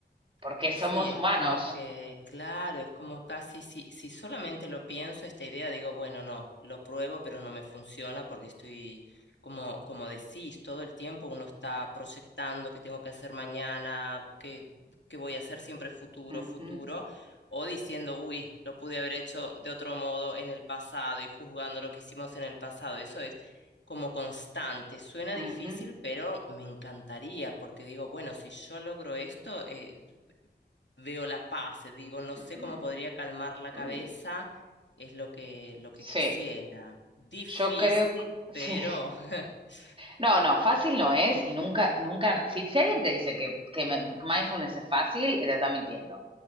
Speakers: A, on the right; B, on the left.
A: porque
B: Sí,
A: somos
B: sí, es
A: humanos.
B: como que, claro, es como casi si, si solamente lo pienso, esta idea, digo, bueno, no, lo pruebo, pero no me funciona porque estoy, como, como decís, todo el tiempo uno está proyectando qué tengo que hacer mañana, qué, qué voy a hacer siempre futuro,
A: Ujú,
B: futuro, o diciendo, uy, lo pude haber hecho de otro modo en el pasado y juzgando lo que hicimos en el pasado. Eso como constante. Suena
A: ujú.
B: difícil, pero me encantaría, porque digo, bueno, si yo logro esto, eh, veo la paz, eh, digo, no
A: Mm,
B: sé cómo podría calmar la
A: mm,
B: cabeza, es lo que, lo que quisiera.
A: Sí,
B: Difícil,
A: yo creo, <laughs>
B: pero...
A: sí,
B: <laughs>
A: No, no, fácil no es y nunca, nunca, si, si alguien te dice que, que me- que mindfulness es fácil, eh, te está mintiendo.